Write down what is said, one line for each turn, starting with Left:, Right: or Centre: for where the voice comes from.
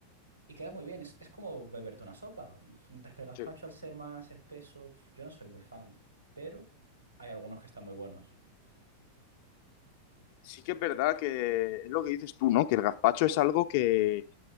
Right: Y queda muy bien, es, es como beberte una sopa. Mientras que el gazpacho,
Left: Sí.
Right: al ser más espeso, pf, yo no soy muy fan. Pero hay algunos que están muy buenos.
Left: Sí que es verdad que es lo que dices tú, ¿No? Que el gazpacho es algo que,